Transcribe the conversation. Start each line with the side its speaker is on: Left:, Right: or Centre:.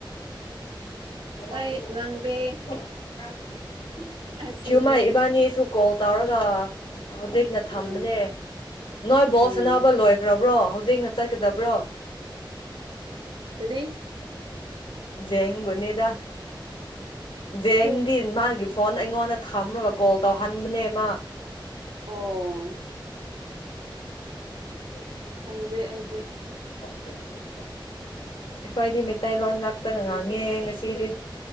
Left: ꯌꯥꯁꯦ
Right: ꯑꯩ ꯅꯪꯗꯦ
Left: ꯀ
Right: ꯑꯩ ꯆꯤꯜꯂꯦ
Left: ꯊꯨꯃ ꯏꯕꯥꯅꯤꯁꯨ ꯀꯣꯜ ꯇꯧꯔꯒ ꯍꯧꯖꯤꯛꯅ ꯊꯝꯕꯅꯦ
Right: ꯎꯝ
Left: ꯅꯣꯏ ꯕꯣꯛꯁ
Right: ꯎꯝ
Left: ꯑꯅꯥꯕ ꯂꯣꯏꯈ꯭ꯔꯕ ꯭ꯔꯣ ꯍꯧꯖꯤꯛꯅ ꯆꯠꯀꯗꯕ꯭ꯔꯣ
Right: ꯀꯗꯤ
Left: ꯖꯦꯒꯨ ꯦꯡꯦꯡꯗꯤ
Right: ꯈꯪꯗꯦ
Left: ꯃꯥꯒꯤ ꯐꯣꯟ ꯑꯩꯉꯣꯟꯗ ꯊꯝꯃꯒ ꯀꯣꯜ ꯇꯧꯍꯟꯕꯅꯦ ꯃꯥ
Right: ꯑꯣ
Left: ꯍ
Right: ꯈꯪꯗꯦ ꯑꯩꯗꯤ
Left: ꯑ ꯀꯣ ꯑꯩꯈꯣꯏꯗꯤ ꯃꯩꯇꯩꯂꯣꯟ ꯉꯥꯛꯇꯒ ꯉꯥꯡꯉꯦ ꯉꯁꯤꯗꯤ